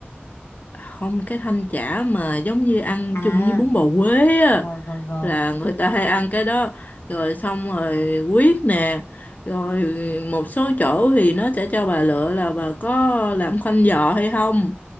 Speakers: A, on the left; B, on the left.
A: không cái thanh chả mà giống như ăn
B: À,
A: chung với bún bò Huế á
B: rồi rồi rồi.
A: là người ta hay ăn cái đó rồi xong rồi quyết nè rồi một số chỗ thì nó sẽ cho bà lựa là bà có làm khoanh giò hay không